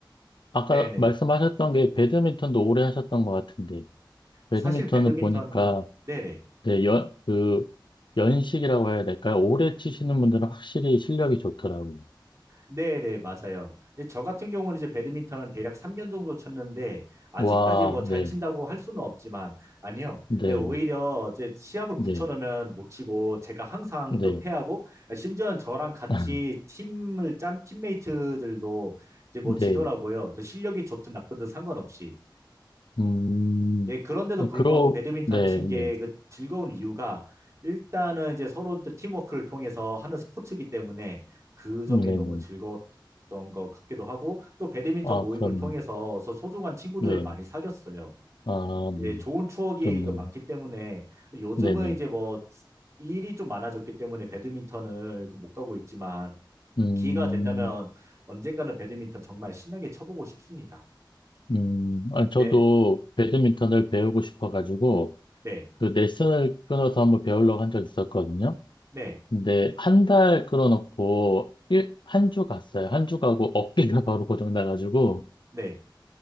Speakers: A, on the left (about 70°); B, on the right (about 40°).
A: 아까
B: 네네.
A: 말씀하셨던 게 배드민턴도 오래 하셨던 것 같은데, 배드민턴은
B: 사실 배드민턴,
A: 보니까,
B: 네네.
A: 네, 연, 그, 연식이라고 해야 될까요? 오래 치시는 분들은 확실히 실력이 좋더라고요.
B: 네네, 맞아요. 근데 저 같은 경우는 이제 배드민턴은 대략 3년 정도 쳤는데, 아직까지
A: 와,
B: 뭐 잘
A: 네,
B: 친다고 할 수는 없지만, 아니요.
A: 네,
B: 예, 오히려 이제 시합을
A: 네,
B: 붙여놓으면 못 치고, 제가 항상
A: 네.
B: 그 패하고, 예, 심지어 저랑 같이
A: <laughs>
B: 팀을 짠 팀메이트들도 이제 뭐
A: 네.
B: 지더라고요. 저 실력이 좋든 나쁘든 상관없이.
A: 음,
B: 예, 그런데도
A: 네,
B: 불구하고
A: 그러,
B: 배드민턴
A: 네,
B: 친게
A: 네.
B: 그 즐거운 이유가 일단은 이제 서로 또 팀워크를 통해서 하는 스포츠이기 때문에 그 점이
A: 네네.
B: 너무 즐거웠던 것 같기도 하고 또 배드민턴
A: 아,
B: 모임을
A: 그럼요.
B: 통해서 소- 소중한 친구들을
A: 네.
B: 많이 사귀었어요.
A: 아,
B: 예,
A: 네.
B: 좋은 추억이
A: 좋네요.
B: 그 많기 때문에 요즘은
A: 네네.
B: 이제 뭐 일이 좀 많아졌기 때문에 배드민턴을 그못 가고 있지만
A: 음,
B: 기회가 된다면 언젠가는 배드민턴 정말 신나게 쳐보고 싶습니다.
A: 음, 아, 저도
B: 네,
A: 배드민턴을 배우고 싶어가지고,
B: 네,
A: 그 레슨을 끊어서 한번 배우려고 한 적 있었거든요.
B: 네,
A: 근데 한 달 끊어놓고, 일, 한 주 갔어요. 한 주 가고 어깨가 바로 고장나가지고,
B: 네.